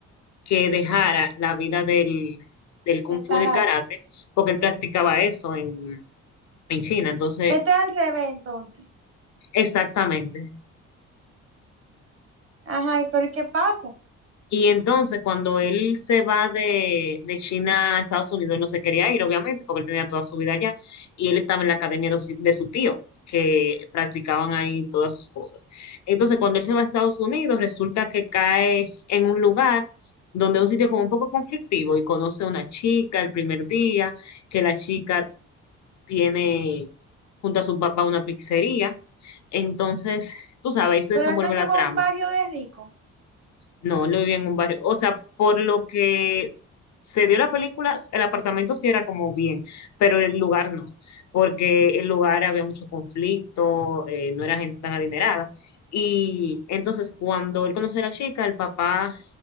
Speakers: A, on the left; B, on the right.
A: que dejara la vida del, del kung
B: del karate.
A: fu y del karate, porque él practicaba eso en, en China. Entonces,
B: Este es al revés, entonces.
A: exactamente.
B: Ajá, ¿y pero qué pasa?
A: Y entonces cuando él se va de, de China a Estados Unidos, él no se quería ir, obviamente, porque él tenía toda su vida allá y él estaba en la academia de, su de su tío, que practicaban ahí todas sus cosas. Entonces cuando él se va a Estados Unidos, resulta que cae en un lugar donde es un sitio como un poco conflictivo y conoce a una chica el primer día, que la chica tiene junto a su papá una pizzería. Entonces, tú sabes, ahí se
B: Pero
A: desenvuelve
B: él no llegó
A: la trama.
B: a un barrio de ricos.
A: No, no vivía en un barrio. O sea, por lo que se dio la película, el apartamento sí era como bien, pero el lugar no, porque el lugar había mucho conflicto, eh, no era gente tan adinerada. Y entonces cuando él conoció a la chica, el papá